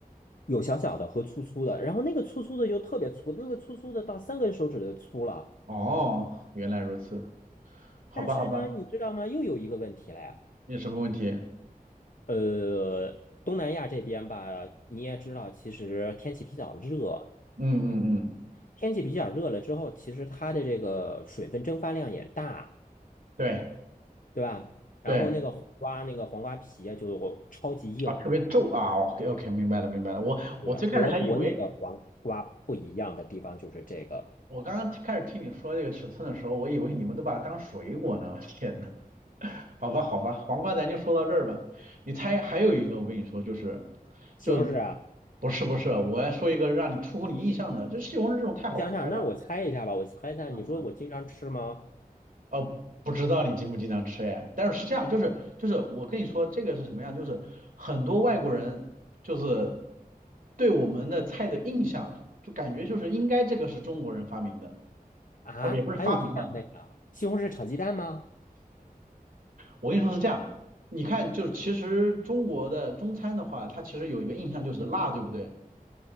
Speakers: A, on the left (about 60°); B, on the right (about 65°).
A: 有小小的和粗粗的，然后那个粗粗的就特别粗，那个粗粗的到三根手指的粗了。
B: 哦，原来如此，好吧好吧，
A: 但是呢，你知道吗？又有一个问题了呀。
B: 没有什么问题？嗯
A: 呃，东南亚这边吧，你也知道，其实天气比较热，
B: 嗯嗯，
A: 天气比较热了之后，其实它的这个水分蒸发量也大，
B: 对
A: 对吧？然后那个黄瓜，
B: 对。
A: 那个黄瓜皮啊就超级硬，
B: 啊，特别皱啊，OK OK，明白了明白了。我我最开始还以为，
A: 对，和国内的黄瓜不一样的地方就是这个。
B: 我刚刚开始听你说这个尺寸的时候，我以为你们都把它当水果呢。我天呐，<laughs> 好吧好吧，黄瓜咱就说到这儿吧。你猜还有一个，我跟你说，就是
A: 西红柿啊，
B: 就不是不是，我要说一个让你出乎你意想的，这西红柿这种太好猜了。
A: 我想想，那我猜一下吧，我猜一下，
B: 嗯嗯。
A: 你说我经常吃吗？
B: 哦，不知道你经不经常吃哎，但是是这样，就是就是我跟你说这个是什么样，就是很多外国人就是对我们的菜的印象，就感觉就是应该这个是中国人发明的，
A: 啊，
B: 哦不也不是发明吧，
A: 还有这样的呀？西红柿炒鸡蛋吗？
B: 我跟你说是这样，你看就是其实中国的中餐的话，它其实有一个印象就是辣，对不对？